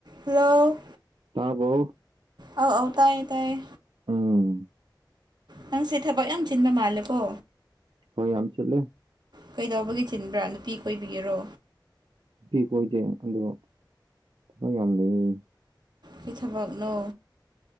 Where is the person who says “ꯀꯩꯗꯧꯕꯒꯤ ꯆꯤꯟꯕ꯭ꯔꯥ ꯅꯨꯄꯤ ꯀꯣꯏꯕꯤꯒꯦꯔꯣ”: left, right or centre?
Right